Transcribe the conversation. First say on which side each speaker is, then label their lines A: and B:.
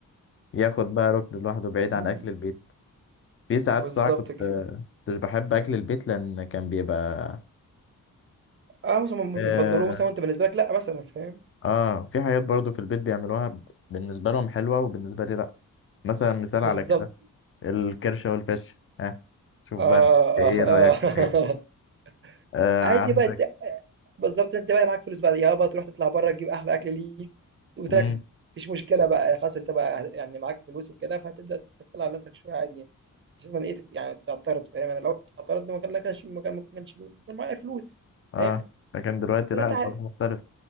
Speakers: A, on the left; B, on the right.
A: ياخد بقى ركن لوحده
B: <laughs>
A: بعيد عن
B: إمم،
A: اكل البيت في ساعات
B: بالضبط
A: صح كنت
B: كده.
A: كنتش بحب اكل البيت لان كان بيبقى
B: آه، مثلًا هُم
A: اه
B: بيفضّلوه مثلًا وأنت بالنسبة لك لأ مثلًا فاهم،
A: آه، في حاجات برضو في البيت بيعملوها ب- بالنسبه لهم حلوه وبالنسبه لي لا مثلا مثال
B: بالضبط.
A: على كده الكرشه والفش ها شوف
B: آه،
A: بقى أنت ايه
B: آه،
A: رايك في كده
B: آه. <laughs>
A: آه
B: عادي
A: عندك
B: بقى ت بالضبط أنت بقى معاك فلوس بقى يابا تروح تطلع برّه تجيب أحلى أكل ليك وتاكله،
A: امم
B: ما فيش مشكلة بقى خلاص أنت بقى يعني معاك فلوس وكده، فهتبدأ تستقل على نفْسك شوية عادي يعني، مش لازمًا إيه تت يعني تعترض فاهم، أنا لو اعترضت ما كان ما كانش ما كان ما كانش بيكون معايا فلوس
A: اه
B: فاهم،
A: لكن دلوقتي
B: دلوقتي
A: لا الموضوع
B: ع
A: مختلف